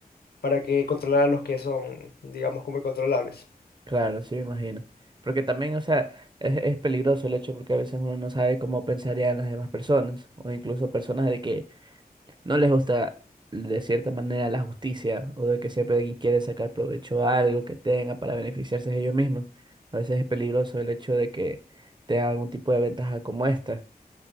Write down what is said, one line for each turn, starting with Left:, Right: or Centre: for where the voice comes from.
Left: para que controlar a los que son, digamos, como incontrolables.
Right: Claro, sí me imagino. Porque también, o sea, es, es peligroso el hecho porque a veces uno no sabe cómo pensarían las demás personas o incluso personas de que no les gusta de cierta manera la justicia o de que siempre alguien quiere sacar provecho a algo que tenga para beneficiarse de ellos mismos. A veces es peligroso el hecho de que tengan algún tipo de ventaja como esta,